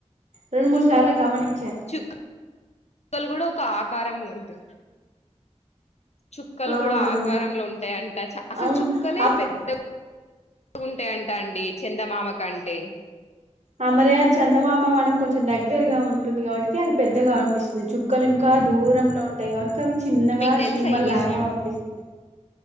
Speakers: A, on the right; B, on the left.
A: రెండు మూడు సార్లు గమనిం
B: చు <inaudible> క్కలు గూడా ఒక ఆకారంలో ఉంటాయి చుక్కలు
A: ఆ
B: గూడా
A: అవును
B: ఆకారంలో ఉంటాయంట అసలు
A: అవును
B: చుక్కలే
A: అప్
B: పెద్ద గుంటాయంట అండి చందమామ కంటే
A: అమరియా చందమమా మనకు దగ్గరగా ఉంటుంది కాబట్టి అది పెద్దగా అనిపిస్తుంది చుక్కలు ఇంకా దూరంలో ఉంటాయి కాబట్టి అవి చిన్నగా
B: మీకు తెలుసా
A: చీమ
B: ఈ
A: లాగా
B: విషయం
A: పంపిస్తయి